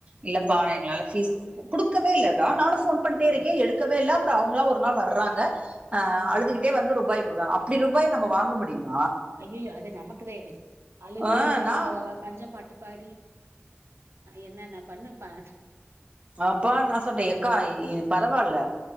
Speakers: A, on the right; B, on the right.
A: இல்லப்பா
B: ஆ
A: எங்களால ஃபீஸ் குடுக்கவே இல்லக்கா நானு ஃபோன் பண்ட்டே
B: ஆ
A: இருக்க எடுக்கவே இல்ல அப்பற அவங்களா ஒரு நாள் வர்றாங்க அழுதுகிட்டே
B: ம்
A: வந்து ருபாய் குடுக்காங்க அப்டி ருபாய் நம்ம வாங்க முடியுமா
B: ஐயயோ அது நமக்குதா இது அழுது
A: ஆ
B: இல்லாத
A: நா
B: பஞ்ச பாட்டு பாடி என்னென்ன பண்ணுப்ப
A: அப்பான் நா சொல்ட்ட எக்கா பரவால்ல